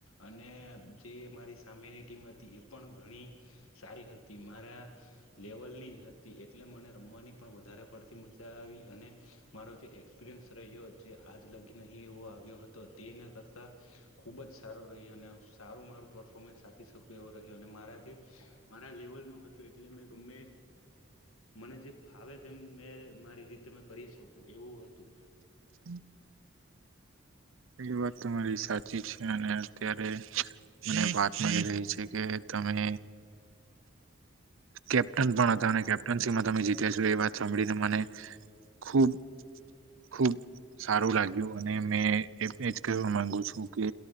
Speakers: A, on the left; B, on the right.
A: અને જે મારી સામેની ટીમ હતી એ પણ ઘણી સારી હતી મારા લેવલ ની હ તી એટલે મને રમવાની પણ વધારે પડતી મજા આવી અને મારો જે એક્સપિરિયન્સ રહ્યો જે આજ લગી નહીં એવો આવ્યો હતો તેના કરતાં ખૂબ જ સારો રહી અને સારું મારું પફોમન્સ આપી શકુ એવો રહ્યો અને મારા જે મારા લેવલ નું હતું એટલે મેં ગમે મને જે ફાવે તેમ મેં મારી રીતે મે કરી શકું એવું હતું.
B: <inaudible> એ વાત તો મારી સાચી છે અને અત્યારે મને વાત મલી રહી છે કે તમે કેપ્ટન પણ હતા અને કેપ્ટનશીમાં તમે જીત્યા છો એ વાત સાંભળીને મને ખુબ ખુબ સારું લાગ્યું અને મેં એ એજ કહેવા માંગુ છું કે